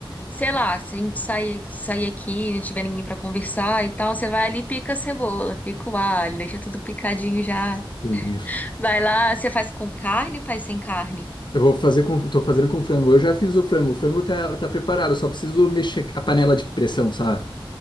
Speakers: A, on the left (about 15°); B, on the left (about 55°).
A: sei lá, se a gente sair, sair aqui, não tiver ninguém pra conversar e tal, você vai ali, e pica a cebola, pica o alho, deixa tudo picadinho já.
B: Sim.
A: Vai lá, você faz com carne ou faz sem carne?
B: Eu vou fazer com, tô fazendo com frango. Eu já fiz o frango. O frango tá, tá preparado, eu só preciso mexer a panela de pressão, sabe?